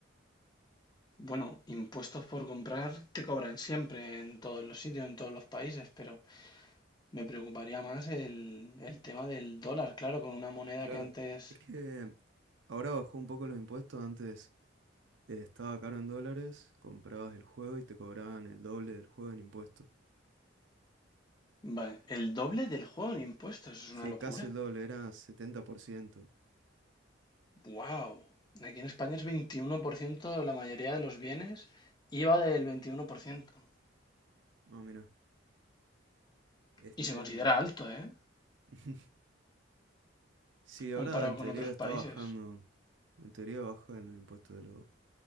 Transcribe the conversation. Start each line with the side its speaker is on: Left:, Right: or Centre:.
Left: Bueno, impuestos por comprar te cobran siempre en todos los sitios, en todos los países, pero me preocuparía más el, el tema del dólar, claro, con una moneda
Right: Claro,
Left: que antes...
Right: es que ahora bajó un poco los impuestos. Antes eh, estaba caro en dólares, comprabas el juego y te cobraban el doble del juego en impuestos.
Left: Vale, el doble del juego en impuestos, es
Right: Sí,
Left: una locura.
Right: casi el doble, era setenta por ciento
Left: Wow, aquí en España es 21% la mayoría de los bienes, IVA del 21%.
Right: No, mira, este...
Left: Y se considera
Right: mm,
Left: alto, ¿eh?
Right: <laughs> Sí, ahora
Left: Comparado
Right: en teoría
Left: con otros
Right: está
Left: países.
Right: bajando. En teoría baja los impuestos de las